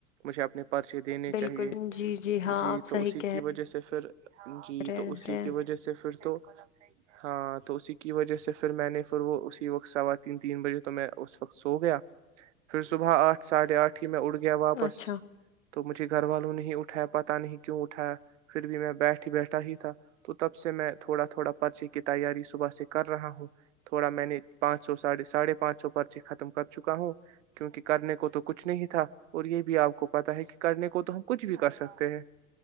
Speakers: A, on the right (about 70°); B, on the left (about 80°).
A: مجھے اپنے پرچے دینے
B: بالکل
A: چاہیے
B: جی ہاں
A: جی
B: آپ
A: تو
B: صحیح
A: اسی
B: کہہ
A: کی وجہ سے پھر جی
B: رہے
A: تو اسی
B: ہیں
A: کی وجہ سے پھر تو ہاں تو اسی کی وجہ سے پھر میں نے پھر وہ اسی وقت سوا تین تین بجے تو میں اس وقت سو گیا پھر صبح آٹھ ساڑھے آٹھ کہ م میں اوڈ گیا واپس
B: اچھا
A: تو مجھے گھر والوں نہیں اٹھایا پتا نہیں کیوں اٹھایا پھر بھی میں بیٹھ ہی بیٹھا ہی تھا تو تب سے میں تھوڑا تھوڑا پرچے کی تیاری صبح سے کر رہا ہوں تھوڑا میں نے پانچ سو ساھے ساڑھے پانچ سو پرچے ختم کر چکا ہوں کیونک کرنے کو تو کچھ نہیں تھا اور یہ بھی آپ کو پتا ہے کہ کرنے کو تو ہم کچھ بھی کر سکتے ہیں